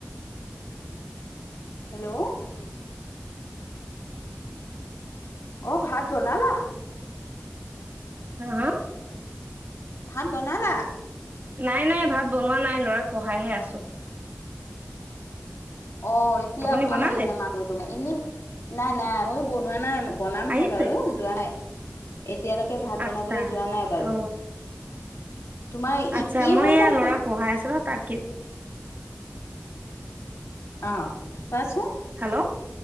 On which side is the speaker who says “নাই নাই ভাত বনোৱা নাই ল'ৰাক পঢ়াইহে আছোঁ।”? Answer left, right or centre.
Right